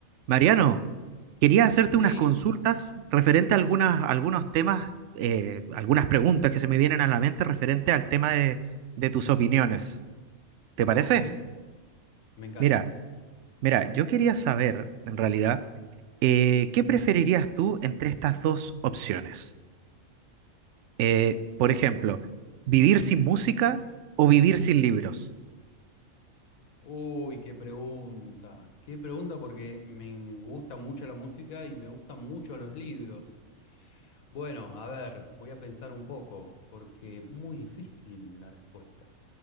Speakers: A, on the right; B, on the left.
A: Mariano, quería hacerte
B: Sí,
A: unas consultas referente a algunas, algunos temas, eh, algunas preguntas que se me vienen a la mente referente al tema de, de tus opiniones. ¿Te parece?
B: ok, me encanta.
A: Mira, mira, yo quería saber, en realidad, eh, ¿qué preferirías tú entre estas dos opciones? Eh, por ejemplo, ¿vivir sin música o vivir sin libros?
B: Uy, qué pregunta. Qué pregunta porque me gusta mucho la música y me gustan mucho los libros. Bueno, a ver, voy a pensar un poco porque es muy difícil la respuesta.